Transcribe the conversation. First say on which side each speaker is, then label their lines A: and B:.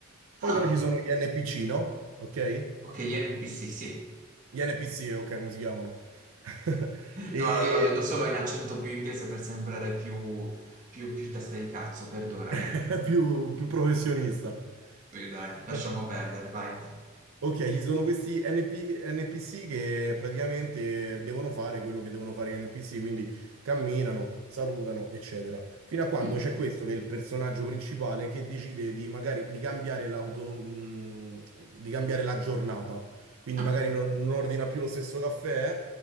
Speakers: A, on the right (about 40°); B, on the right (about 75°).
A: Ah,
B: Poi però ci sono gli NPC, no? Ok?
A: ok, gli NPC, sì.
B: Gli NPC, ok, come si chiamano? <laughs>
A: No,
B: E
A: no, io l'ho detto solo in accento più inglese per sembrare più, più- più testa di cazzo, perdonami.
B: <laughs> più, più professionista.
A: Sì, Dai,
B: <laughs>
A: lasciamo perdere, vai.
B: Ok, ci sono questi NP NPC che praticamente devono fare quello che devono fare gli NPC, quindi camminano, salutano, eccetera. Fino a quando
A: Mm,
B: c'è questo che è il personaggio principale che decide di magari di cambiare l'autonomia, di cambiare la giornata. Quindi
A: Ah,
B: magari non, non ordina più lo stesso caffè